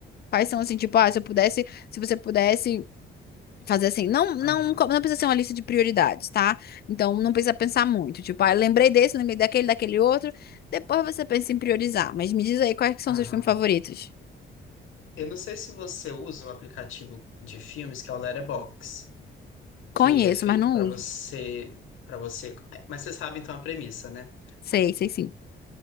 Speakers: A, on the left; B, on the left.
A: Quais são, assim, tipo, ah, se eu pudesse, se você pudesse fazer assim, não, não,
B: Aham,
A: co- não precisa ser uma lista de prioridades, tá? Então não precisa pensar muito, tipo, ah, eu lembrei desse, lembrei daquele, daquele outro. Depois você pensa em priorizar, mas me diz aí quais que são
B: aham.
A: seus filmes favoritos.
B: Eu não sei se você usa o aplicativo de filmes que é o Letterboxd,
A: Conheço,
B: que ele é feito
A: mas não
B: para
A: uso.
B: você, para você, é, mas você sabe então a premissa, né?
A: Sei, sei sim.